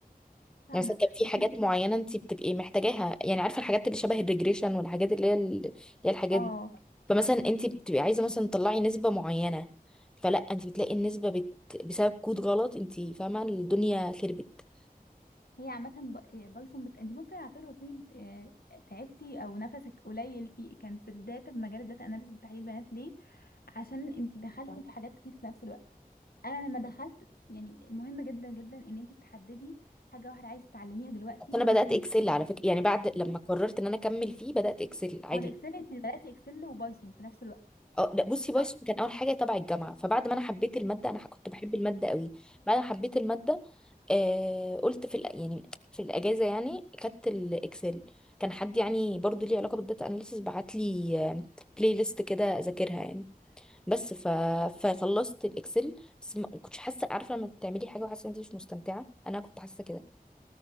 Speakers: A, on the left (about 80°); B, in the centre.
A: فاهمه
B: يعني مثلا كان في
A: بس
B: حاجات
A: انت
B: معينه انت بتبقي محتاجاها يعني عارفه الحاجات اللي شبه الريجريشن والحاجات اللي هي ال- اللي هي الحاجات
A: اه
B: فمثلا انت بتبقي عايزه مثلا تطلعي نسبه معينه فلا انت بتلاقي النسبه بت... بسبب كود غلط انت فاهمه الدنيا خربت
A: هي عامه ب- بايثون بت... انت ممكن على فكره تكوني آه، تعبتي او نفسك قليل في كان في الداتا في مجال الداتا اناليسز تحليل بيانات ليه عشان انت دخلتي في حاجات كتير في نفس الوقت انا لما دخلت يعني مهم جدا جدا ان انت تحددي حاجه واحده عايزه تتعلميها دلوقتي
B: بس انا
A: وانت
B: بدات اكسل على فكره يعني بعد لما
A: لا،
B: قررت ان انا اكمل فيه بدات اكسل عادي
A: هو الاكسل انت بدأتي اكسل وبايثون في نفس الوقت
B: اه لا بصي
A: صح
B: بايثون كان اول حاجه تبع الجامعه فبعد ما انا حبيت الماده انا كنت بحب الماده قوي بعد ما حبيت الماده آه قلت في الأ- يعني في الاجازه يعني خدت الاكسل كان حد يعني برضو ليه علاقه بالداتا اناليسيس بعت لي بلاي ليست كده اذاكرها يعني بس ف... فخلصت الاكسل بس ما ما كنتش حاسه عارفه لما بتعملي حاجه وحاسه ان انت مش مستمتعه انا كنت حاسه كده